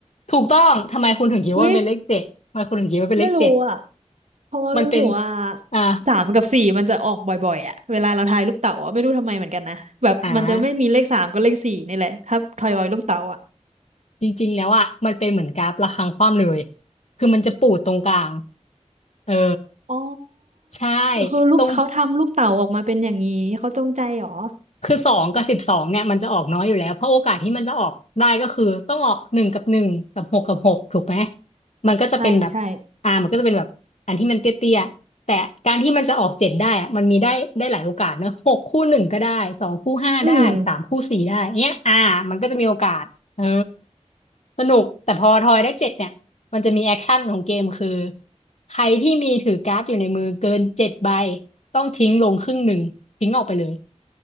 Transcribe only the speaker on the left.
ถูกต้องทำไมคุณถึงคิดว่ามันเป็นเลขเจ็ดทำไมคุณถึงคิดว่าเป็นเลขเจ็ด
มันเป็นอ่า
อ่าจริงๆแล้วอ่ะมันเป็นเหมือนกราฟระฆังคว่ำเลยคือมันจะปูดตรงกลางเออ
ใช่
ตรง คือสองกับสิบสองเนี่ยมันจะออกน้อยอยู่แล้วเพราะโอกาสที่มันจะออกได้ก็คือต้องออกหนึ่งกับหนึ่งกับหกกับหกถูกไหมมันก็จะเป็นแบบ
อ่ามันก็จะเป็นแบบอันที่มันเตี้ยๆแต่การที่มันจะออกเจ็ดได้อะมันมีได้ได้หลายโอกาสเนอะหกคู่หนึ่งก็ได้สองคู่ห้าได้สามคู่สี่ได้เนี้ยอ่ามันก็จะมีโอกาสเออ
สนุกแต่พอทอยได้เจ็ดเนี่ยมันจะมีแอคชั่นของเกมคือใครที่มีถือการ์ดอยู่ในมือเกินเจ็ดใบต้องทิ้งลงครึ่งหนึ่งทิ้งออกไปเลย